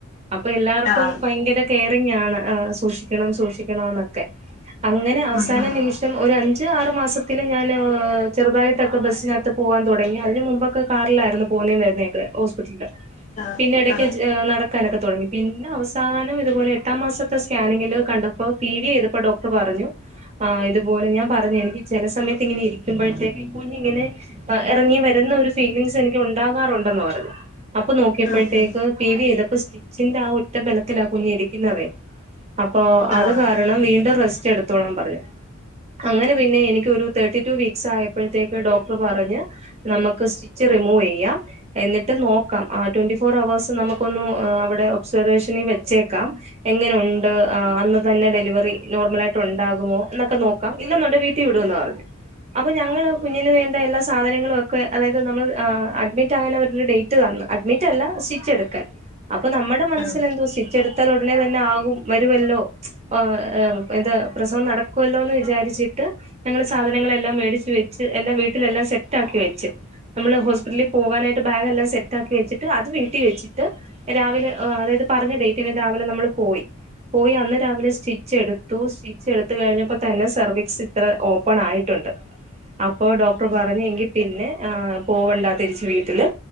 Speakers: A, on the right; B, on the left.
A: അപ്പൊ എല്ലാർക്കും
B: ആഹ്
A: ഭയങ്കര കെയറിംഗാണ് അഹ് സൂക്ഷിക്കണം സൂക്ഷിക്കണംന്നൊക്കെ അങ്ങനെ അവസാന
B: ഉം ഉം
A: നിമിഷം ഒരു അഞ്ച് ആ മാസത്തിലും ഞാൻ ചെറുതായിട്ടൊക്കെ ബസിനകത്ത് പോവാൻ തുടങ്ങി അതിന് മുമ്പൊക്കെ കാറിലായിരുന്നു പോകുന്നേം വരുന്നേം പിന്നെ എക്ക് ഹോസ്പിറ്റ്ല് ലാ
B: ആഹ്
A: പിന്നെ എടക്ക്
B: ആഹ്
A: നടക്കാനൊക്കെ തൊടങ്ങി പിന്നെ അവസാനം ഇതുപോലെ എട്ടാം മാസത്തെ സ്കാനിങ്ങില് കണ്ടപ്പോ പി വി ചെയ്തപ്പോ ഡോക്ടർ പറഞ്ഞു ആഹ് ഇതുപോലെ ഞാ പറഞ്ഞു എനിക്ക് ചെല സമയത്ത് ഇങ്ങനെ ഇരിക്കുമ്പഴത്തേക്ക് ഈ കുഞ്ഞി ങ്ങനെ എറങ്ങി വെരുന്ന ഒരു ഫീലിംഗസ് എനിക്ക് ഉണ്ടാകാറുണ് ഉണ്ടന്ന് പറഞ്ഞു അപ്പൊ നോക്കിയപ്പോഴത്തേക്ക്
B: ഉം ഉം
A: പി വി ചെയ്തപ്പ സ്റ്റിച്ചിന്റെ ആഹ് ഒറ്റ ബെലത്തിലാ കുഞ്ഞി ഇരിക്കുന്നതെ അപ്പൊ
B: ആഹ്
A: അത് കാരണം വീണ്ടും റെസ്റ്റ് എടുത്തോളാൻ പറഞ്ഞു. അങ്ങനെ പിന്നെ എനി എനിക്കൊരു തെർട്ടിറ്റു വീക്സ് ആയപ്പയത്തേക്ക് ഡോക്ടർ പറഞ്ഞു നമ്മക്ക് സ്റ്റിച് റിമൂവ് ചെയ്യാം. ഏ എന്നിട്ട് നോക്കാം ആ ട്വന്റി ഫോർ അവേഴ്സ് നമുക്കൊന്ന് അവിടെ ഒബ്സർവേഷനിൽ വെച്ചേക്കാം എങ്ങനെ ഉണ്ട് അന്ന് തന്നെ ഡെലിവറി നോർമൽ ആയിട്ട് ഉണ്ടാകുമോ എന്നൊക്കെ നോക്കാം ഇല്ലന്നുണ്ടേ വീട്ടീ വി ടുവെന്ന് പറഞ്ഞ് അപ്പൊ ഞങ്ങള് കുഞ്ഞിന് വേണ്ട എല്ലാ സാധനങ്ങളും ഒക്കെ അതായത് നമ്മൾ അ അഡ്മിറ്റ് ആകാൻ അവരൊരു ഡേറ്റ് തന്ന അഡ്മിറ്റ് അല്ല സ്റ്റിച് എടുക്കൽ അപ്പൊ നമ്മുടെ മനസ്സിൽ
B: ഉം
A: എന്തോ സ്റ്റിച് എ ത്താൽ ഉടനെ തന്നെ ആകും, വരുവല്ലോ, ആ ഇത് പ്രസവം നടക്കുവല്ലോ എന്ന് വിചാരിച്ചിട്ട് ഞങ്ങള് സാധനങ്ങളെല്ലാം മേടിച് വെച്ച് എല്ലാം വീട്ടിലെല്ലാം സെറ്റ് ആക്കി വെച്ച് നമ്മള് ഹോസ്പിറ്റ് ലിൽ പോകാനായിട്ട് ബാഗെല്ലാം സെറ്റാക്കി വെച്ചിട്ട് അത് വീട്ടിൽ വെച്ചിട്ട് രാവിലെ എ അതായത് പറഞ്ഞ ഡേറ്റിന് രാവിലെ നമ്മള് പോയി പോയി അന്ന് രാവിലെ സ്റ്റിച്ച് എടുത്തു. സ്റ്റിച്ച് എടുത്ത് കഴിഞ്ഞപ്പോ തന്നെ സെർവിക്സ് ഇത്ര ഓപ്പൺ ആയിട്ടുണ്ട് അപ്പൊ ഡോക്ടർ
B: ഉം
A: പറഞ്ഞ് എങ്കിൽ പിന്നെ ആ പോവണ്ട തിരിച്ചു വീട്ടില്